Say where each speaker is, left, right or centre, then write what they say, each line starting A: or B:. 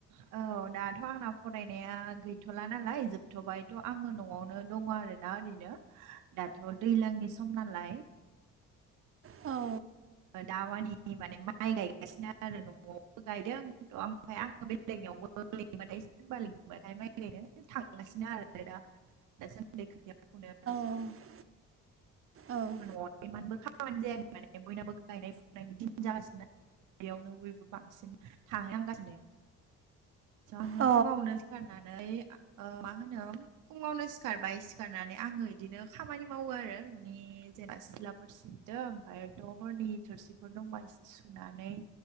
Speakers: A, on the right; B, on the right.
A: औ दाथ' आंना फरायनाया गैथ'ला नालाय जोबथ'बायथ' आङो न'आवनो दङ आरो दा ओरैनो दाथ' दैज्लांनि सम नालाय
B: औ
A: दा मानि माइ गायगासिनो आरो न'आवबो गायदों ओमफ्राय आंङो बेलेगनियावबो लिंबाथाय सोरबा लिबाथाय माइ ओरैनो थांगासिनो आरो दा दासान्दै खोथिया फुनो।
B: औ औ
A: न'आव इमानबो खामानि जायाखै माने बयनाबो गायनाय फुनायनि दिन जागासिनो ना ब्लियावनो बयबो बांसिन थाहैनांगासिनो। आङो
B: औ
A: फुङावनो सिखारनानै मा होनो फुङावनो खारबाय सिखारनानै आङो इदिनो खामानि मावो आरो नि जायबा सिथ्लाफोर सिबदो ओमफ्रायथ' हरनि थोरसिफोर दंबा एसे सुनानै